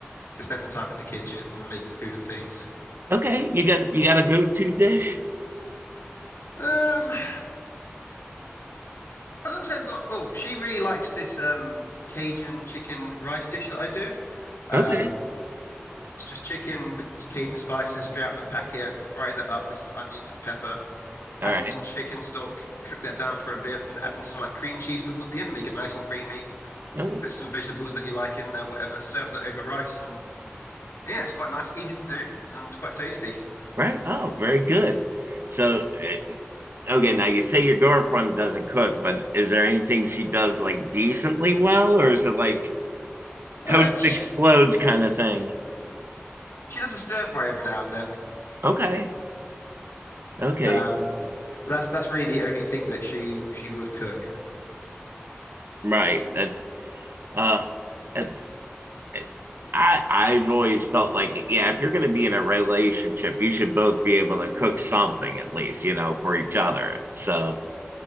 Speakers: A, on the left; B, on the right.
A: to spend some time in the kitchen making food and things.
B: Okay, you got you got a go-to dish?
A: Um, I don't say I've got. Oh, she really likes this um Cajun chicken rice dish that I do. Um,
B: Okay.
A: it's just chicken with Cajun spices straight out of the packet. Fry that up with some onions and pepper.
B: All
A: Add
B: right.
A: in some chicken stock. Cook that down for a bit, and add in some like cream cheese towards the end. Make it nice and creamy.
B: Oh,
A: put some vegetables that you like in there, whatever. Serve that over rice, and yeah, it's quite nice, easy to do, and quite tasty.
B: right. Oh, very good. So, eh, okay, now you say your girlfriend doesn't cook, but is there anything she does like decently well, or is it like
A: Uh,
B: toast
A: she
B: explodes
A: she,
B: kind of thing?
A: she does a stir fry every now and then.
B: Okay. Okay.
A: Um, but that's that's really the only thing that she she would cook.
B: Right. That's uh that's eh, I I've always felt like yeah, if you're going to be in a relationship, you should both be able to cook something at least, you know, for each other. So,